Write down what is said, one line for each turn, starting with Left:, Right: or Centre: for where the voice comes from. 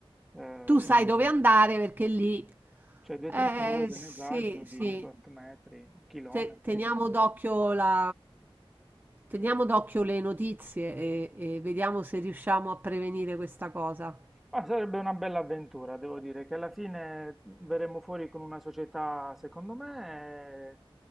Centre: eh,
Right: Tu sai dove andare perché lì,
Centre: cioè due
Right: eh
Centre: o tre cose
Right: sì,
Centre: nel raggio di
Right: sì,
Centre: tot metri, chilometri.
Right: Te- teniamo d'occhio la, teniamo d'occhio le notizie e e vediamo se riusciamo a prevenire questa cosa.
Centre: Ma sarebbe una bella avventura, devo dire, che alla fine verremo fuori con una società, secondo me, eh,